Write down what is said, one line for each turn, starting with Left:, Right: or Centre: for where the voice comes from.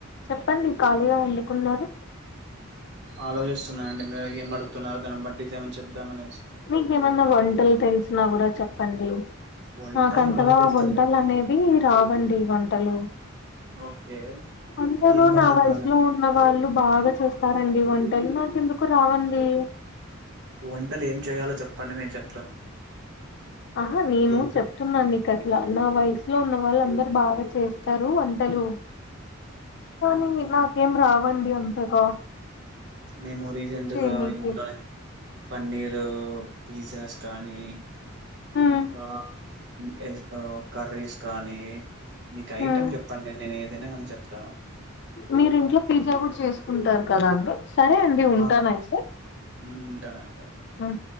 Left: చెప్పండి ఖాళీగా ఎందుకున్నారు
Right: ఆలోచిస్తున్నా అండి మీరు ఏమ్ అడుగుతున్నారో దాన్ని బట్టి ఏమైనా చెప్దామనేసి
Left: మీకేమన్నా వంటలు తెలిసినా కుడా చెప్పండి
Right: వంటలు
Left: నాకంతగా
Right: బాగా చేస్తానండి
Left: వంటలు అనేవి రావండి వంటలు
Right: ఓకే
Left: అందరూ
Right: ఏం వంట
Left: నా వయసులో
Right: కావాల
Left: ఉన్న వాళ్ళు బాగా చూస్తారండి వం టలు నాకు ఎందుకో రావండి
Right: వంటలు ఏం చేయాలో చెప్పండి నేను చెప్తాను
Left: ఆహా నేను
Right: ఏం కా
Left: చెప్తున్నా నీ క ట్ల నా వయసులో ఉన్న వాళ్ళు అందరు బాగా చేస్తారు వంటలు కానీ
Right: ఆ ఆ
Left: నాకేం రావండి అంతగా
Right: మేము రీసెంట్గా
Left: చేయనీకి
Right: ఇంట్లోనే పన్నీరు పిజ్జాస్ కానీ
Left: హ్మ్
Right: ఇంకా <unintelligible> కర్రీస్ కానీ మీకు
Left: హ్మ్
Right: ఐటెమ్ చెప్పండి నేను ఏదైనా కానీ చెప్తా
Left: మీరు ఇంట్లో పిజ్జా కూడా చేసుకుంటారు కదా అండి సరే అండి ఉంటానైతే
Right: ఆ, ఉంటానండి
Left: మ్